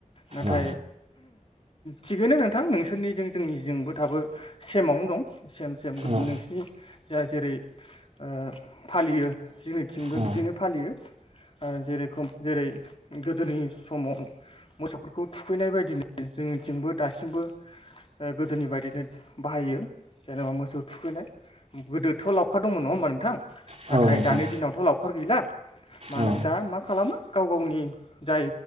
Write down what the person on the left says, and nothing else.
नाथाय
थिगैनो नोंथां नोंसोरनिजों जोंनि जोंबो थाबो सेमावनो दं सेम सेम
नोंसिनि जा जेरै ओ फालियो। जोंनिथिंबो
बिदिनो फालियो जेरेखम जेरै गोदोनि समाव मोसौफोरखौ थुखैनाय बायदिनो जोंनिथिंबो दासिमबो ओ गोदोनि बायदिनो बाहायो जेनेबा मोसौ थुखैनाय गोदोथ' लावखार दंमोन नङा होमबा नोंथां
नाथाय
दानि दिनावथ' लावखार गैला मानो
दा मा खालामो गाव गावनि जाय